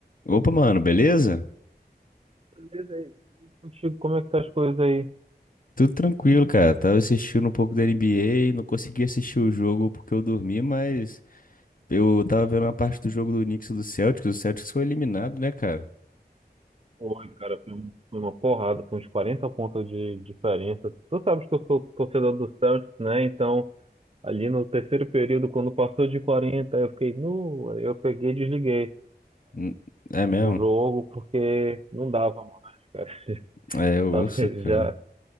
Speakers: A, on the left; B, on the right.
A: Opa, mano, beleza?
B: Beleza aí. E Contigo, como é que tá as coisas aí?
A: Tudo tranquilo, cara. Tava assistindo um pouco da NBA, não consegui assistir o jogo porque eu dormi, mas eu tava vendo uma parte do jogo do Knicks e do Celtics. O Celtics foi eliminado, né, cara?
B: Oi, cara, foi, um- foi uma porrada, foi uns 40 pontos de diferença. Tu sabes que eu sou torcedor do Celtics, né? Então, ali no terceiro período, quando passou de 40 eu fiquei nu, aí eu peguei e desliguei
A: N- É mesmo?
B: o jogo porque não dava mais, cara. <laughs>
A: É, eu
B: Tava
A: ouço, cara.
B: já,